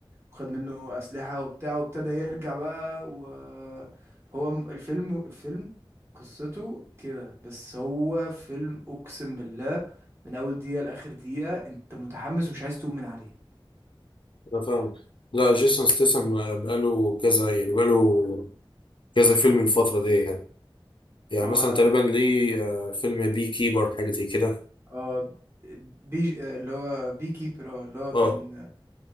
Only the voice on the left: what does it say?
انا فاهم لا جيسون ستاثام بقاله كذا يعني بقاله كذا فيلم الفترة دي يعني يعني
مثلا
تقريبا
ليه آه، فيلم بي كيبر حاجة زي كده
اه